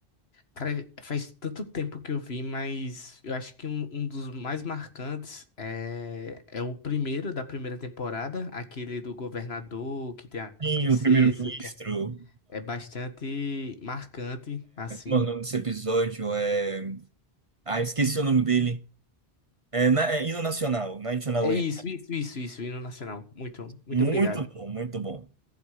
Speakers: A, on the left; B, on the right.
A: Cara, faz tanto tempo que eu vi, mas eu acho que um, um dos mais marcantes é, é o primeiro da primeira temporada, aquele do governador, que tem a
B: Sim,
A: princesa,
B: o primeiro-ministro,
A: que é é bastante marcante, assim.
B: o nome desse episódio é. Ah, esqueci o nome dele. É, na... é Hino Nacional, National
A: É
B: Anthem.
A: isso, isso, isso, isso, hino nacional. Muito, muito
B: Muito
A: obrigado.
B: bom, muito bom.